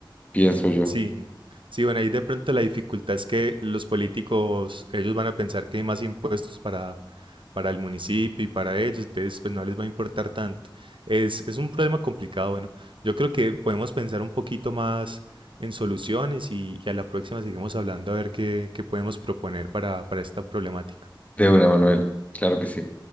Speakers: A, on the left; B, on the right.
A: pienso yo.
B: Sí, sí, bueno, ahí de pronto la dificultad es que los políticos, ellos van a pensar que hay más impuestos para, para el municipio y para ellos, entonces pues no les va a importar tanto. Es, es un problema complicado, bueno, yo creo que podemos pensar un poquito más en soluciones y, y a la próxima seguimos hablando a ver qué, qué podemos proponer para, para esta problemática.
A: De una, Manuel, claro que sí.